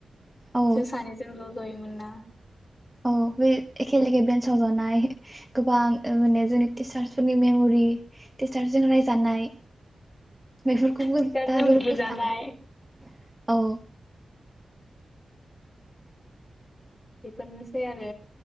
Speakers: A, in the centre; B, on the left.
A: औ
B: जों सानैजों ज' जयोमोनना
A: औ बे एखे लेखे ब्रेन्साव जानाय गोबां माने जोंनि टिचार्सफोरनि मेमरि टिचारजों रायजानाय बेफोरखौबो
B: टिचारजों
A: दा जोबोद
B: बुजानाय
A: गोसो खाङो औ
B: बेफोरनोसै आरो